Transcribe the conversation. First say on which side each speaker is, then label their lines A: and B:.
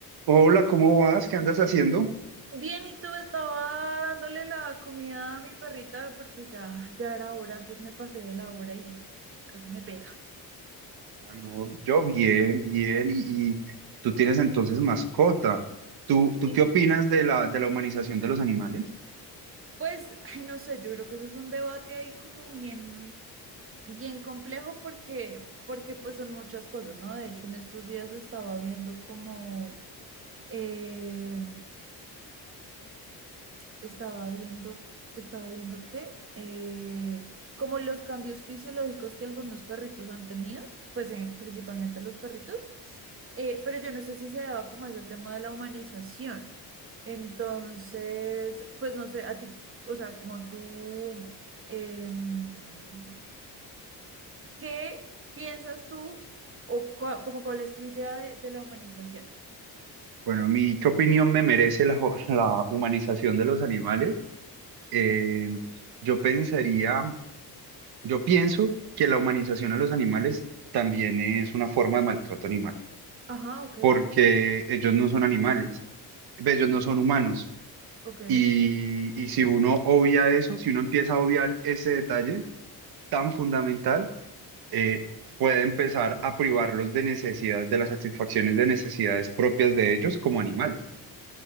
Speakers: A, on the right (about 75°); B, on the right (about 35°).
A: Hola, ¿cómo vas? ¿Qué andas haciendo?
B: Bien, y tú estaba dándole la comida a mi perrita porque ya, ya era hora, antes me pasé de la hora y casi me pega.
A: Ah, no, yo bien, bien. Y, y tú tienes entonces mascota. ¿Tú, tú
B: Y,
A: qué opinas de la, de la humanización de los animales?
B: Pues, ay, no sé, yo creo que eso es un debate ahí como bien, bien complejo porque, porque pues son muchas cosas, ¿no? De hecho, en estos días estaba viendo como, eh, estaba viendo, estaba viendo que eh, como los cambios fisiológicos que algunos perritos han tenido, pues eh, principalmente los perritos, eh, pero yo no sé si se daba como ese tema de la humanización. Entonces, pues no sé, a ti, o sea, como tú, em, ¿qué piensas tú o cua- como cuál es tu idea de, de la humanización?
A: Bueno, a mí, ¿qué opinión me merece la, jo- <laughs> la humanización de los animales? Eh, yo pensaría, yo pienso que la humanización a los animales también es una forma de maltrato animal,
B: Ajá, ok,
A: porque ellos no son animales, ve, ellos no son humanos.
B: ok,
A: Y, y si uno obvia eso, si uno empieza a obviar ese detalle, tan fundamental, eh, puede empezar a privarlos de necesidades, de las satisfacciones de necesidades propias de ellos como animales.